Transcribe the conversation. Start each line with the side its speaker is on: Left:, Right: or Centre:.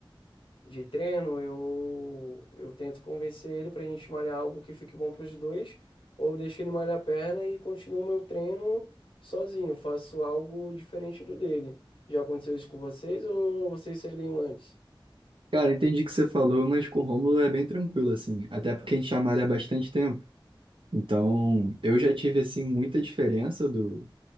Left: de treino, eu, eu tento convencer ele pra gente malhar algo que fique bom pros dois, ou eu deixo ele malhar a perna e continuo meu treino sozinho, faço algo diferente do dele. Já aconteceu isso com vocês ou vocês seriam antes?
Right: Cara, entendi o que você falou, mas com o Rômulo é bem tranquilo, assim. Até porque a gente chama ele há bastante tempo. Então, eu já tive, assim, muita diferença do...